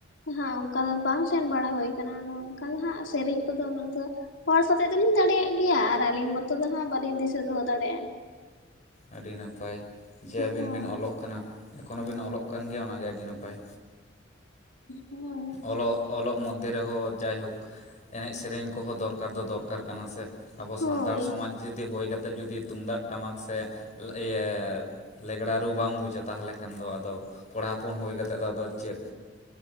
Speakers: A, on the left (about 80°); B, on the left (about 40°).
A: ᱦᱮᱸ ᱚᱱᱠᱟ ᱫᱚ ᱵᱟᱝ ᱥᱮᱱ ᱵᱟᱲᱟ ᱦᱩᱭ ᱟᱠᱟᱱᱟ᱾ ᱜᱚᱝ ᱟᱫᱚ ᱦᱟᱸᱜ ᱥᱮᱨᱮᱧ ᱠᱚᱫᱚ ᱩᱱᱟᱹᱜ ᱫᱚ ᱦᱚᱲ ᱥᱟᱛᱮᱜ ᱫᱚᱞᱤᱧ ᱫᱟᱲᱮᱭᱟᱜ ᱜᱮᱭᱟ ᱟᱨ ᱟᱹᱞᱤᱧ ᱢᱚᱛᱚ ᱫᱚ ᱦᱟᱸᱜ ᱵᱟᱹᱞᱤᱧ ᱫᱤᱥᱟᱹ ᱫᱚᱦᱚ ᱫᱟᱲᱮᱭᱟᱜᱼᱟ᱾
B: ᱟᱹᱰᱤ ᱱᱟᱯᱟᱭ ᱡᱮ ᱟᱹᱵᱤᱱ
A: ᱦᱳᱭ
B: ᱵᱤᱱ ᱚᱞᱚᱜ ᱠᱟᱱᱟ᱾ ᱮᱠᱷᱚᱱᱚ ᱵᱤᱱ ᱚᱞᱚᱜ ᱠᱟᱱ ᱜᱮᱭᱟ ᱚᱱᱟ ᱜᱮ ᱟᱹᱰᱤ ᱱᱟᱯᱟᱭ
A: ᱦᱳᱭ
B: ᱚᱞᱚᱜ ᱚᱞᱚᱜ ᱢᱚᱫᱽᱫᱷᱮ ᱨᱮᱦᱚᱸ ᱡᱟᱭᱦᱳᱠ ᱮᱱᱮᱡ ᱥᱮᱨᱮᱧ ᱠᱚᱦᱚᱸ ᱫᱚᱨᱠᱟᱨ ᱫᱚ ᱫᱚᱨᱠᱟᱨ ᱠᱟᱱᱟ ᱥᱮ ᱟᱵᱚ
A: ᱦᱳᱭ
B: ᱥᱟᱱᱛᱟᱲ ᱥᱚᱢᱟᱡᱽ ᱡᱩᱫᱤ ᱦᱩᱭ ᱠᱟᱛᱮᱫ ᱡᱩᱫᱤ ᱛᱩᱢᱫᱟᱜ ᱴᱟᱢᱟᱠ ᱥᱮ ᱞᱮ ᱤᱭᱟᱹ ᱞᱮᱜᱽᱲᱟ ᱨᱩ ᱵᱟᱢ ᱵᱩᱡᱟ ᱛᱟᱦᱚᱞᱮ ᱠᱷᱟᱱ ᱫᱚ ᱟᱫᱚ ᱠᱚᱲᱟ ᱦᱚᱯᱚᱱ ᱦᱩᱭ ᱠᱟᱛᱮᱫ ᱫᱚ ᱟᱫᱚ ᱪᱮᱫ